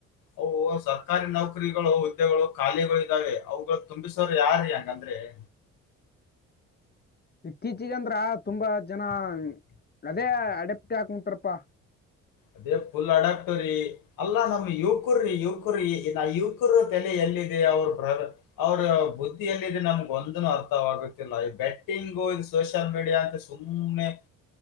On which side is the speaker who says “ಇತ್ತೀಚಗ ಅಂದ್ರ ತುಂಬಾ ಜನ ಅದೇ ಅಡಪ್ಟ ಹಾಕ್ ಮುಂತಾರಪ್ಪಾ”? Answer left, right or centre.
Left